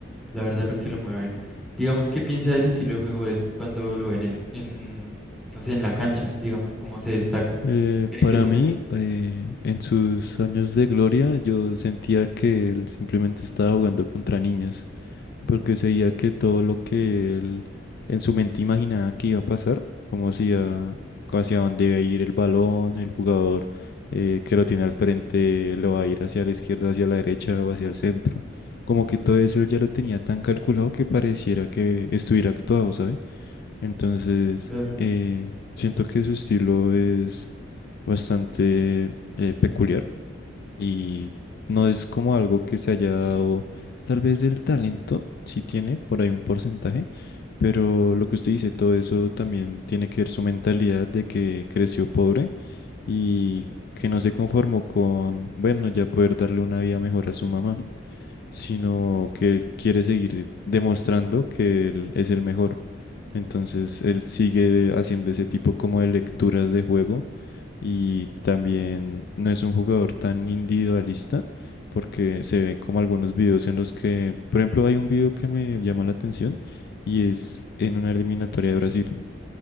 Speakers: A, in the centre; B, on the left.
A: la verdad lo que lo mueve a él. Digamos, ¿qué piensa del estilo de juego de él cuando lo ve en el, en, no sé, en la cancha, digamos, cómo se destaca?
B: Eh,
A: ¿Cree
B: para
A: que es lo
B: mí,
A: mejor?
B: eh, en sus años de gloria, yo sentía que él simplemente estaba jugando contra niños, porque seguía que todo lo que él en su mente imaginaba que iba a pasar, como hacía, hacia dónde iba a ir el balón, el jugador eh, que lo tiene al frente lo va a ir hacia la izquierda, hacia la derecha o hacia el centro. Como que todo eso él ya lo tenía tan calculado que pareciera que estuviera actuado, ¿sabes? Entonces,
A: Claro,
B: eh, siento que su estilo es bastante eh, peculiar y no es como algo que se haya dado tal vez del talento, sí tiene por ahí un porcentaje, pero lo que usted dice, todo eso también tiene que ver su mentalidad de que creció pobre y que no se conformó con, bueno, ya poder darle una vida mejor a su mamá sino que quiere seguir demostrando que él es el mejor. Entonces él sigue haciendo ese tipo como de lecturas de juego y también no es un jugador tan individualista porque se ve como algunos videos en los que, por ejemplo, hay un video que me llama la atención y es en una eliminatoria de Brasil